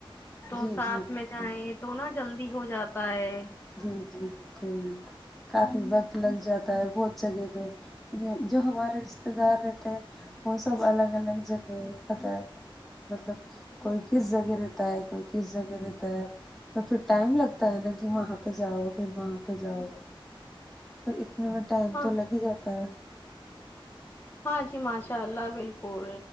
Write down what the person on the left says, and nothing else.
تو
ساتھ
میں جائیں تو نہ جلدی ہو جاتا ہے
ہاں
ہاں جی ماشاء اللہ بالکل